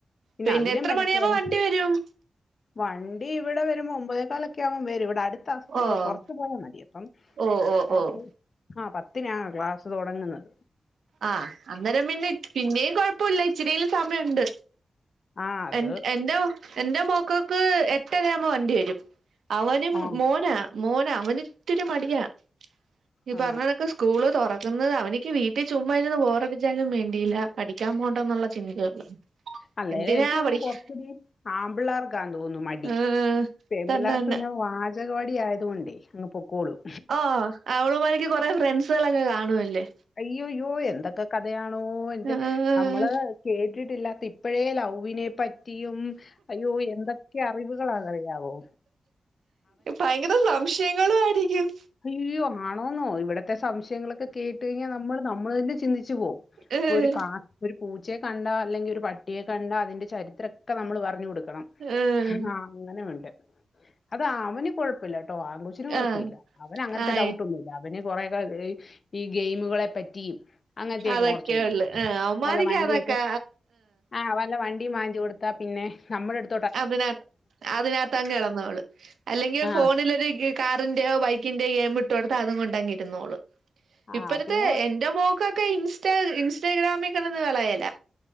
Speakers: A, on the right (about 85°); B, on the left (about 45°).
A: പിന്നെ
B: അതിലും
A: എത്ര
B: മെനക്കേടാ
A: മണിയുമ്പോ വണ്ടി വരും
B: വണ്ടി ഇവിടെ വരുമ്പോൾ ഒമ്പതേക്കാലൊക്കെ ആകുമ്പം വരും ഇവിടെ അടു ത്ത സ്കൂള്
A: ഓഹ്
B: കൊറച്ച് പോയാമതി അപ്പം
A: ഓഹ് ഓഹ്
B: അവർക്ക്
A: ഓഹ്
B: ആ പത്തിനാ ക്ലാസ്സ് തുടങ്ങുന്നത്
A: ആഹ് അന്നേരം പിന്നെ പിന്നേയും കുഴപ്പല്ല ഇച്ചരിയെങ്കിലും സമയം ഉണ്ട്
B: ആ അത്
A: എൻ എന്റെ മോ എന്റെ മോക്കോക്ക് എട്ടരയാവുമ്പോ വണ്ടി വരും അവനും
B: ആ
A: മോനാ മോനാ അവനിത്തിരി മടിയാ ഈ
B: ആ
A: പറഞ്ഞ കണക്ക് സ്കൂള് തുറക്കുന്നത് അവനിക്ക് വീ ട്ടി ചുമ്മായിരുന്നു ബോറടിച്ചാലും വേണ്ടില്ല പഠിക്കൻ പോണ്ട എന്നുള്ള ചിന്തയുള്ളൂ
B: അന്നേരം
A: എന്തിനാ
B: എനിക്ക് തോന്നുന്നു
A: പഠിക്ക
B: കൊറച്ചൂടി ആമ്പിള്ളേർക്കാന്ന് തോന്നുന്നു മടി
A: ഏഹ്
B: പെൺ
A: തന്നെ
B: പിള്ളേർക്ക്
A: തന്നെ
B: പിന്നെ വാചകവാടി ആയത് കൊണ്ടേ അങ്ങ് പൊക്കോളും
A: ഓ അവളുമാരിക്ക് കൊറെ ഫ്രണ്ട്സുകളെല്ലെ കാണുവല്ലേ
B: അയ്യോയ്യോ എന്തൊക്കെ കഥയാണോ എന്റെ
A: ആഹ്
B: നമ്മള് കേട്ടിട്ടില്ലാത്തെ ഇപ്പഴേ ലൗവിനെ പ റ്റിയും അയ്യോ എന്തൊക്കെ അറിവുകളാന്നെറിയാവോ
A: ഭയങ്കര സംശയങ്ങളും ആയിരിക്കും
B: അയ്യോ ആണോന്നോ ഇവിടത്തെ സംശയങ്ങളൊക്കെ കേട്ട് കഴിഞ്ഞാ നമ്മള് നമ്മള് തന്നെ ചിന് ച്ചു പോകും
A: ഏഹ്
B: പ്പം ഒരുകാ ഒരു പൂച്ചയെ കണ്ടാ അല്ലെങ്കിൽ ഒരു പട്ടിയെ കണ്ടാ അതിന്റെ ചരിത്ര ഒക്കെ നമ്മള് പറഞ്ഞു കൊടുക്കണം
A: ഏഹ്
B: ആ അങ്ങനെ ഉണ്ട് അത് അവന് കൊഴപ്പമില്ല കേട്ടോ ആ കൊച്ചിന് കൊഴപ്പമില്ല
A: ആഹ്
B: അവന് അങ്ങനത്തെ
A: ആയി
B: ഡൗട്ടൊന്നുമില്ല അവന് കൊറെക്കെ ഈ ഗെയിമുകളെ പറ്റി അങ്ങനത്തെയൊക്കെ
A: അതൊക്കെയുള്ളു
B: കുറച്ചെ ഉള്ളു
A: ആഹ് അവന്മാരിക്ക്
B: വല്ല വണ്ടിയൊക്കെ
A: അതൊക്കെ
B: ആഹ് വ വല്ല വണ്ടിയും വാങ്ങിച്ച് കൊടുത്താ പിന്നെ നമ്മുടെ അടു
A: അതിനത്ത് അതിനകത്ത് അങ്ങനെ കിടന്നോള് അല്ലെങ്കി
B: ആ
A: ഫോണിലൊരു ഗെ കാറിന്റെയോ ബൈക്കിന്റെയോ ഗെയിം ഇട്ടു കൊടുത്ത അതും കൊണ്ട് അങ്ങ് ഇരുന്നോളും
B: ആ
A: ഇപ്പഴത്തെ
B: പിന്നെ
A: എന്റെ മോക്ക് ഇപ്പോ ഇൻസ്റ്റോ ഇൻസ്റ്റഗ്രാമി കിടന്ന് വിളയലാ